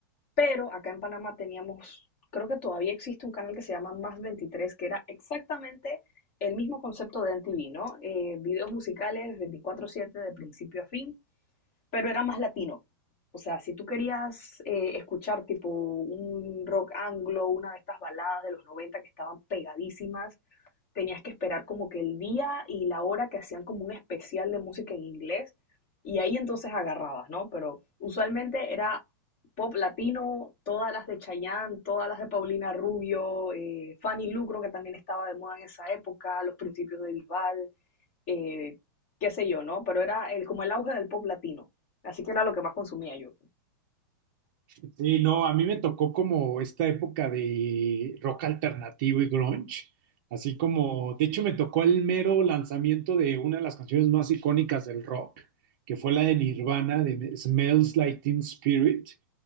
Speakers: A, on the left; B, on the right.
A: Pero acá en Panamá teníamos, creo que todavía existe un canal que se llama Más veintitrés que era exactamente el mismo concepto de MTV, ¿no? Eh, videos musicales veinticuatro siete de principio a fin pero era más latino. O sea, si tú querías eh, escuchar tipo un rock anglo, una de estas baladas de los 90 que estaban pegadísimas, tenías que esperar como que el día y la hora que hacían como un especial de música en inglés y ahí entonces agarrabas, ¿no? Pero usualmente era pop latino, todas las de Chayanne, todas las de Paulina Rubio, eh, Fanny Lu, creo que también estaba de moda en esa época, los principios de Bisbal eh, qué sé yo, ¿no? Pero era el, como el auge del pop latino. Así que era lo que más consumía yo.
B: Sí, no, a mí me tocó como esta época de rock alternativo y grunge, así como, de hecho me tocó el mero lanzamiento de una de las canciones más icónicas del rock, que fue la de Nirvana, de Smells Like Teen Spirit,